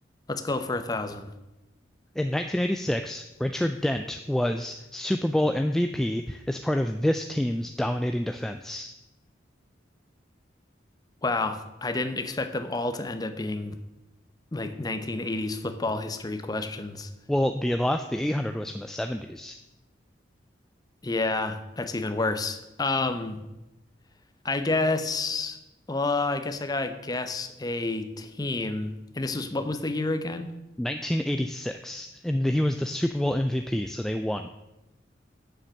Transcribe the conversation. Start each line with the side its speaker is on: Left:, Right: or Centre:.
Left: Let's go for a thousand.
Centre: In 1986, Richard Dent was Super Bowl MVP as part of this team's dominating defense.
Left: Wow, I didn't expect them all to end up being like 1980s football history questions.
Centre: Well, the last, the 800 was from the 70s.
Left: Yeah, that's even worse. Um, I guess, well, I guess I gotta guess a team. And this was, what was the year again?
Centre: 1986, and he was the Super Bowl MVP, so they won.